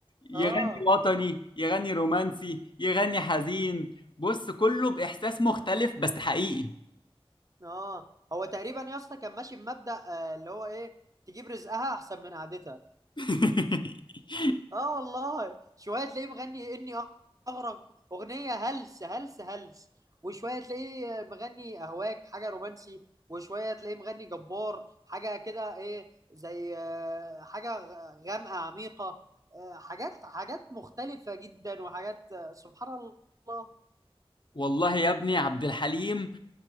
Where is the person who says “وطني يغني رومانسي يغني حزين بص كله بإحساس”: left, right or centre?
Left